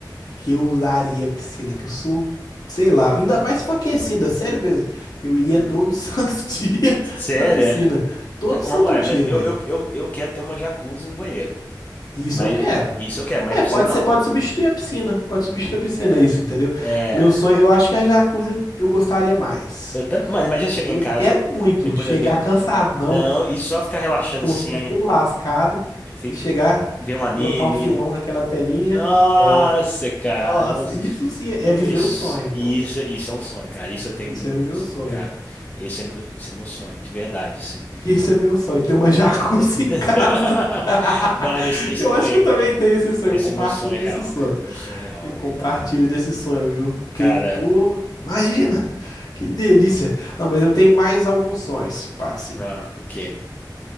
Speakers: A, on the left (about 55°); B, on the left (about 20°).
A: que eu usaria a piscina, que eu sou, sei lá, ainda
B: eu-
A: mais se for aquecida, sério mesmo. Eu iria
B: hum,
A: todo <laughs> santo dia
B: sério?
A: na piscina.
B: é?
A: Todo
B: Mas como
A: santo
B: vai?
A: dia,
B: Mas eu,
A: velho.
B: eu, eu, eu quero ter uma jacuzzi no banheiro.
A: Isso
B: Mas
A: eu quero.
B: isso eu quero, mas
A: É,
B: piscina
A: pode
B: não.
A: ser, pode substituir a piscina. Pode substituir a piscina,
B: É,
A: isso, entendeu?
B: é,
A: Meu sonho, eu acho que a jacuzzi eu, eu gostaria mais.
B: eu também, mano, imagina chegar
A: Que
B: em
A: eu
B: casa
A: quero muito
B: depois
A: chegar
B: da bi-
A: cansadão,
B: não e só ficar relaxando
A: com
B: assim,
A: os pés tudo lascado, se
B: fica,
A: chegar,
B: ver um anime.
A: botar um filmão naquela telinha.
B: Nossa,
A: É,
B: cara.
A: nossa,
B: nossa.
A: isso sim
B: Isso,
A: é viver o sonho, pô.
B: isso, isso é um sonho, cara. Isso eu tenho
A: Isso
B: muito
A: é viver o
B: sonho,
A: sonho.
B: cara. Esse é meu, esse é meu sonho, de verdade, assim.
A: <laughs> Isso é viver o sonho. Ter
B: É...
A: uma jacuzzi
B: <laughs>
A: em casa. <laughs>
B: Mano, esse, esse,
A: Eu acho
B: oi,
A: que eu também tenho esse sonho.
B: esse
A: Eu compartilho
B: é meu sonho
A: desse
B: real,
A: sonho.
B: velho. Meu sonho real,
A: Eu
B: velho.
A: compartilho desse sonho, viu? Porque,
B: Cara,
A: pô, imagina! Que delícia! Não, mas eu tenho mais alguns sonhos, pá, assim.
B: ah, o quê?